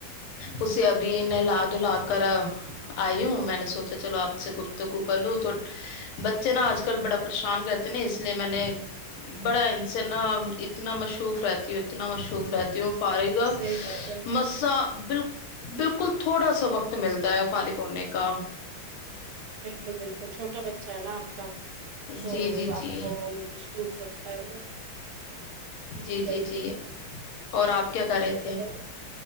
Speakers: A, on the left; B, on the right.
A: اسے اب بھی انہیں لا دلا کر آئی ہوں میں نے سوچا چلو آپ سے گفتگو کر لوں تو بچے نا آج کل بڑا پریشان کرتے نا اس لیے میں نے بڑا ان سے نا اتنا مشور شوف فرتی ہوت ن شوف رہتی پارے گا
B: صحیح بات ہے
A: مسا بالکل بالکل تھوڑا سا وقت ملتا ہے فارغ ہونے کا
B: بالکل بالکل چھوٹا بچہ ا ہے نا آپ کا
A: جی
B: تو
A: جی جی
B: آپ کو روف رکھتا ہے وہ
A: جی
B: چلیے
A: جی جی اور آپ کے کیا کر رہے تھے
B: بتائیے